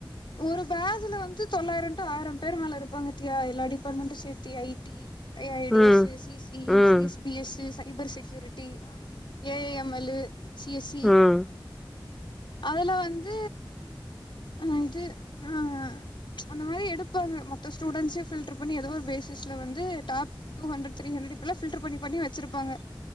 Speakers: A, on the left (about 80°); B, in the centre.
A: ஒரு பேஜ்ல வந்து தொள்ளாயிரோ டுஆயிர பேரு மேல இருப்பாங்க தியா எல்லா டிபார்ட்மெண்ட்டு சேர்த்தி I T A I T
B: ம்
A: S C C E
B: ம்
A: C S P S cyber security A I M L C S C
B: ம்
A: அதுல வந்த அ இது ஆ அந்த மாரி எடுப்பாங்க மொத்த ஸ்டூடெண்ட்ஸ ஃபில்டர் பண்ணி ஏதோ ஒரு பேசிஸ்ல வந்து top two hundred three hundred இப்டில்லா ஃபில்டர் பண்ணி பண்ணி வச்சிருப்பங்க